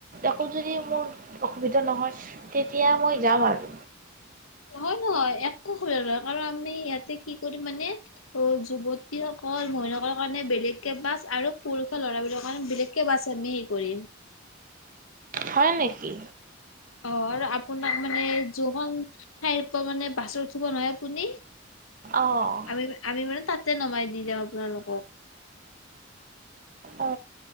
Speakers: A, on the right (about 40°); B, on the left (about 85°).
A: একো যদি মোৰ অসুবিধা নহয় তেতিয়া মই যাম আৰু
B: হয় নহয় একো সুবিধা নহয় কাৰণ আমি ইয়াতে কি কৰিম মানে অ যুৱতীসকল মহিলকল কাৰণে বেলেগকে বাছ আৰু পুৰুষৰ ল'ৰাবোৰৰ কাৰণে বেলেগকে বাছ আমি কৰিম
A: হয় নেকি
B: অ আৰু আপোনাক মানে জহ ঠাইৰ পৰা মানে বাছত উঠিব নহয় আপুনি
A: অঁ
B: আমি আমি মানে তাতে নমাই দি যাম আপোনালোকক
A: অ